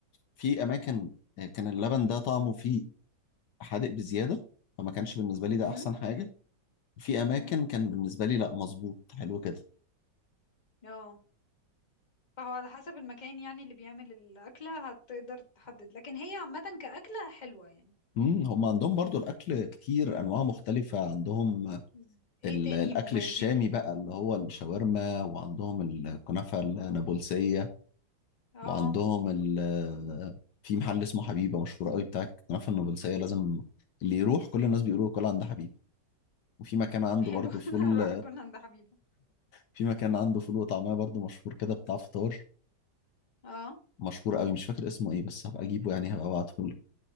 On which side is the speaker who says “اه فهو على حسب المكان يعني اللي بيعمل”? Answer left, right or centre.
Left